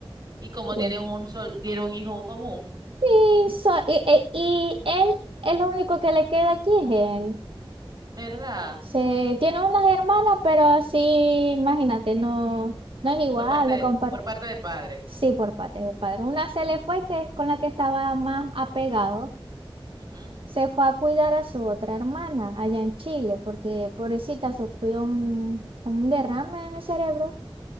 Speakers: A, on the right; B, on the right.
A: Y como
B: Eh,
A: tienen un sol, tienen un hijo común,
B: Y, so- y, e- y él es lo único que le queda aquí, es él.
A: ¿verdad?
B: Se, tiene unas hermanas, pero así, imagínate, no, no es igual,
A: Por parte
B: lo
A: de,
B: compar
A: por parte de padre.
B: Sí, por parte de padre. Una se le fue, que es con la que estaba más apegado.
A: Ujú.
B: Se fue a cuidar a su otra hermana allá en Chile, porque pobrecita sufrió un, un derrame en el cerebro.